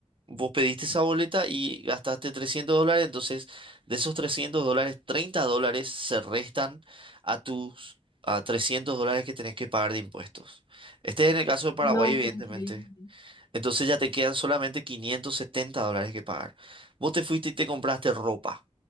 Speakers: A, on the right (about 45°); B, on the left (about 30°).
A: Vos pediste esa boleta y gastaste 300 dólares, entonces de esos 300 dólares, 30 dólares se restan a tus a 300 dólares que tenés que pagar de impuestos. Este es en el caso de Paraguay,
B: No,
A: evidentemente.
B: qué increíble.
A: Entonces ya te quedan solamente 570 dólares que pagar. Vos te fuiste y te compraste ropa